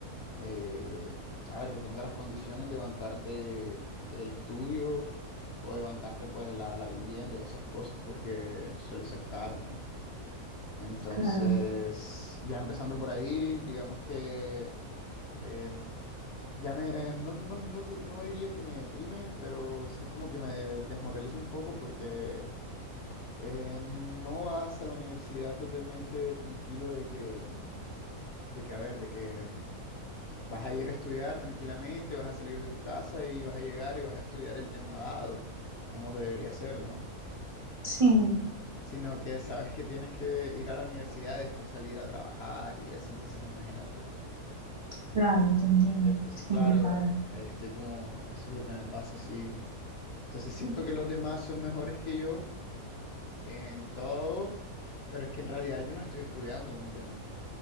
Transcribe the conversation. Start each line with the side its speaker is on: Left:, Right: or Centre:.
Left: eh, a ver, que tenga las condiciones de bancarte el estudio o de bancarte pues la, la vivienda y esas cosas porque suele ser caro, ¿no? Entonces,
Right: claro,
Left: ya empezando por ahí, digamos que em, ya me, no, no, no, te- no diría que me deprime, pero sí como que me desmoraliza un poco porque eh, no vas a la universidad totalmente tranquilo de que, mm, de que, a ver, de que mm, vas a ir a estudiar tranquilamente, vas a salir de tu casa y vas a llegar y vas a estudiar el tema dado, como se debería hacer, ¿no?
Right: sí,
Left: sino que sabes que tienes que ir a la universidad y después salir a trabajar y eso, entonces imagínate.
Right: claro, te entiendo.
Left: Entonces,
Right: Es complicado,
Left: claro, eh, ahí estoy como, eso es lo que me pasa, sí. Entonces siento que los demás son mejores que yo en todo, pero es que en realidad yo no estoy estudiando, ¿me entiendes?